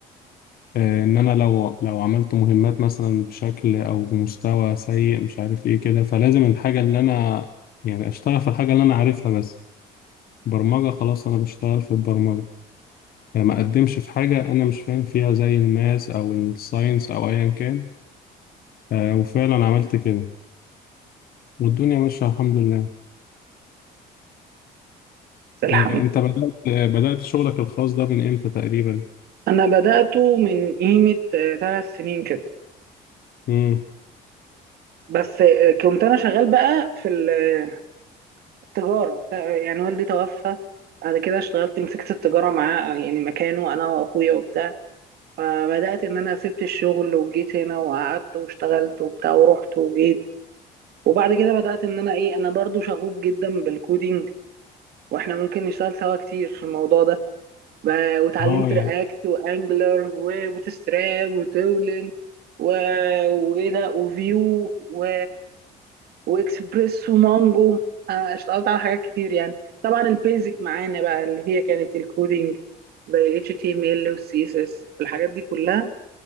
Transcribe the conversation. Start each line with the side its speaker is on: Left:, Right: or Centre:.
Left: آه، ان انا لو لو عملت مهمات مثلا بشكل او بمستوى سيء مش عارف ايه كده فلازم الحاجة اللي انا يعني اشتغل في الحاجة اللي انا عارفها بس برمجة خلاص انا بشتغل في البرمجة آه، ما أقدمش في حاجة أنا مش فاهم فيها زي الماس أو الساينس أو أيا كان آه، وفعلا عملت كده والدنيا ماشية الحمد لله
Right: الحمد
Left: آه، أنت بدأت آه، بدأت شغلك الخاص ده من إمتى تقريبا؟
Right: انا بدأته من قيمه آه، ثلاث سنين كده
Left: مم.
Right: بس آه، كنت انا شغال بقى في ال- آه، التجاره بتاع- يعني والدي توفى بعد كده اشتغلت مسكت التجاره معاه يعني مكانه انا واخويا وبتاع فبدأت إن أنا سبت الشغل وجيت هنا وقعدت واشتغلت وبتاع ورحت وجيت وبعد كده بدأت إن أنا إيه أنا برضو شغوف جدا بالكودينج وإحنا ممكن نشتغل سوا كتير في الموضوع ده ب- واتعلمت
Left: أه يعني
Right: رياكت وأنجلر وبوتستراب وتولن و... وإيه ده وفيو و... وإكسبريس ومانجو أنا اشتغلت على حاجات كتير يعني طبعا البيزك معانا بقى اللي هي كانت الكودينج زي ال HTML وال CSS والحاجات دي كلها